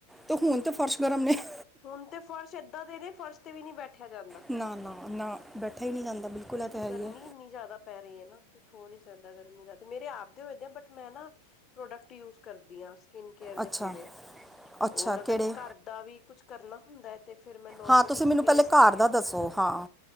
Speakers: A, in the centre; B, on the left.
A: ਤੇ ਹੁਣ ਤੇ
B: <inaudible>
A: ਫਰਸ਼ ਗਰਮ ਨੇ
B: ਹੁਣ ਤੇ ਫਰਸ਼ ਏਦਾਂ ਦੇ ਨੇ ਫਰਸ਼ ਤੇ ਵੀ ਨੀ ਬੈਠੇ ਬੈਠਿਆ ਜਾਂਦਾ
A: ਨਾ ਨਾ ਨਾ ਬੈਠਾ ਹੀ ਨਹੀਂ ਜਾਂਦਾ ਬਿਲਕੁਲ ਇਹ ਤਾਂ ਹੈ
B: ਗਰਮੀ
A: ਹੀ ਹੈ
B: ਇਨੀ ਜ਼ਿਆਦਾ ਪੈ ਰਹੀ ਹੈ ਨਾ ਕੁਛ ਹੋ ਨਹੀਂ ਸਕਦਾ ਗਰਮੀ ਦਾ ਤੇ ਮੇਰੇ ਆਪਦੇ ਹੋਏ ਦੇ ਆ ਬਟ ਮੈਂ ਨਾ ਪ੍ਰੋਡਕਟ ਹਾਂ ਸਕਿਨ ਕੇਅਰ ਦੇ
A: ਅੱਛਾ
B: ਪੂਰੇ।
A: ਅੱਛਾ
B: ਹੋਰ ਅਗਰ
A: ਕਿਹੜੇ
B: ਘਰ ਦਾ ਵੀ ਕੁਝ ਕਰਨਾ ਹੁੰਦਾ ਹੈ ਤੇ ਫਿਰ ਮੈਂ ਨੋਰਮਲੀ
A: ਹਾਂ ਤੁਸੀਂ
B: ਇੱਕ
A: ਮੈਨੂੰ
B: ਪੇ
A: ਪਹਿਲੇ ਘਰ ਦਾ ਦੱਸੋ? ਹਾਂ।